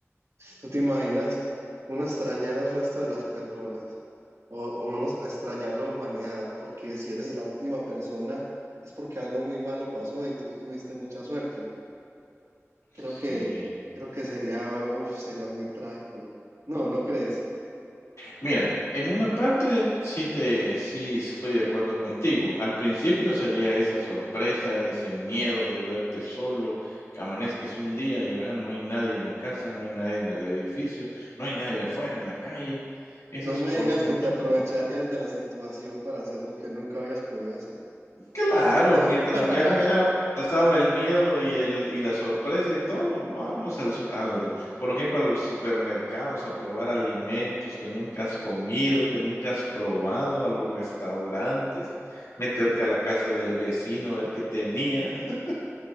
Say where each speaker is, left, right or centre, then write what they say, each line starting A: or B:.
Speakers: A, on the right; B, on the left.
A: ¿Tú te imaginas uno extrañar el resto de las personas? O, o uno extrañar la humanidad, porque si eres la última persona es porque algo muy malo pasó y tú tuviste mucha suerte. Creo
B: Sí.
A: que, creo que sería, uf, sería muy trágico. No, ¿no crees?
B: Mira, en una parte sí te sí estoy de acuerdo contigo. Al principio sería esa sorpresa, ese miedo de verte solo, que amanezques un día y vean, no hay nadie en la casa, no hay nadie en el edificio, no hay nadie afuera en la calle. Eso
A: No
B: es
A: me
B: por
A: digas
B: un momento,
A: que te aprovecharías de la situación para hacer lo que nunca habías podido hacer.
B: Claro, mientras
A: <laughs>
B: ya me ha pasado el miedo y el y la sorpresa y todo, vamos al su al por ejemplo, a los supermercados a probar alimentos que nunca has comido, que nunca has probado, a los restaurantes, meterte a la casa del vecino, ver qué tenía, <laughs>